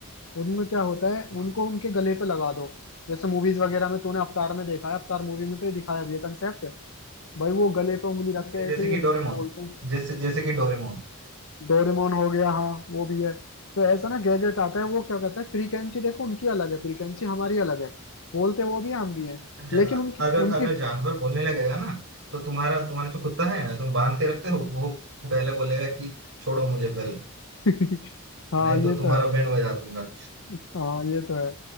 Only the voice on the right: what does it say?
हाँ
जैसे
कि
डोरेमोन
जैसे जैसे कि डोरेमोन
हाँ।
अगर जा-
अगर
अगर जानवर बोलने लगेगा ना तो तुम्हारा तुम्हारा जो कुत्ता है ना तुम बांध के रखते हो वो पहले बोलेगा कि छोड़ो मुझे पहले
नहीं तो
तुम्हारा
बैंड बजा दूंगा